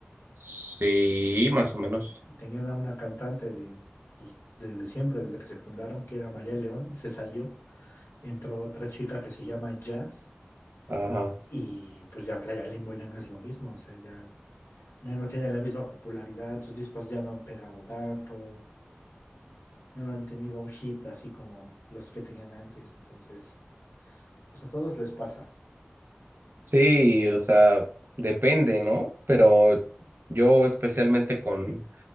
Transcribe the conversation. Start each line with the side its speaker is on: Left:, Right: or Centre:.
Right: Sí, más o menos.
Left: Tenían a una cantante de, pues, desde siempre, desde que se fundaron, que era María León, se salió, entró otra chica que se llama Jazz,
Right: Ajá.
Left: y pues ya Playa Limbo ya no es lo mismo, o sea, ya, ya no tiene la misma popularidad, sus discos ya no han pegado tanto, ya no han tenido un hit así como los que tenían antes. Entonces, pues a todos les pasa.
Right: Sí, o sea, depende, ¿no? Pero yo especialmente con,